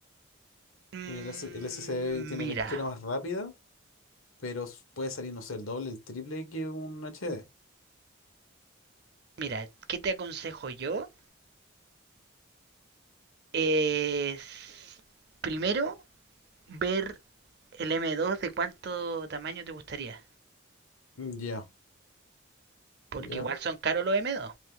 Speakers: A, on the right (about 50°); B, on the left (about 80°).
A: Mm,
B: Y El, S el S SSD tiene
A: mira,
B: lectura más rápida, pero s- puede salir, no sé, el doble, el triple que un HD.
A: mira, ¿qué te aconsejo yo? Es primero ver el M2 de cuánto tamaño te gustaría.
B: Mm, Ya,
A: Porque
B: ya.
A: igual son caros los M2.